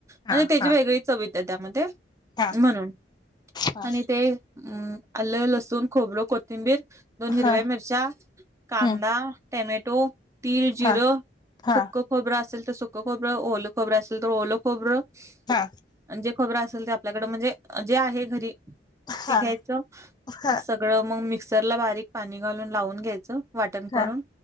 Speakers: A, on the left; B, on the right.
A: हा
B: म्हणजे त्याची
A: हा
B: वेगळी चव येत्या त्यामध्ये.
A: हा
B: म्हणून
A: हा
B: आणि ते- हम्, आलं लसूण खोबरं कोथिंबीर दोन हिरव्या
A: हा
B: मिरच्या. कांदा
A: हम्म
B: टोमॅटो तिळ जिरं
A: हा हा
B: सुक. खोबरं असेल तर सुख खोबरं ओल खोबरं असेल तर ओलं खोबरं.
A: हा,
B: आणि जे खबरं असेल ते आपल्याकडे म्हणजे जे आहे घरी
A: हा
B: ते घ्यायचं
A: हा
B: सगळ. सगळं मग मिक्सर ला बारीक पाणी घालून लावून घ्यायचं. वाटण
A: हा
B: करून